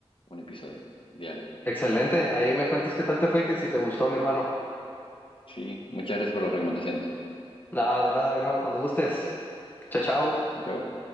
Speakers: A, on the left (about 55°); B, on the left (about 15°).
A: un episodio diario.
B: excelente, ahí me cuentas qué tal te fue, que si te gustó, mi hermano.
A: Sí, muchas gracias por las recomendaciones.
B: Nada, de nada, mi hermano, cuando gustes. Chao, chao.
A: Chau, chau.